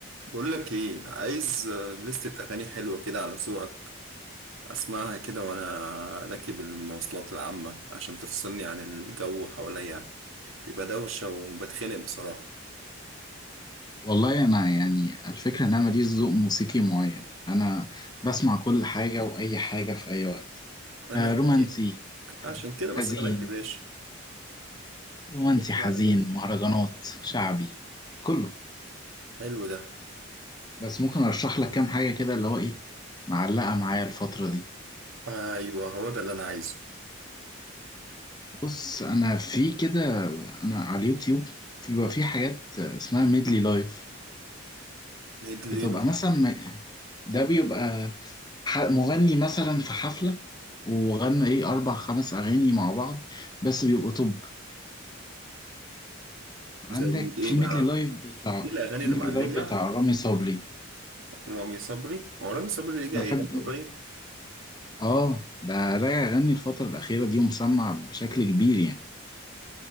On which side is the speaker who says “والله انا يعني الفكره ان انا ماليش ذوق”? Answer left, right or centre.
Left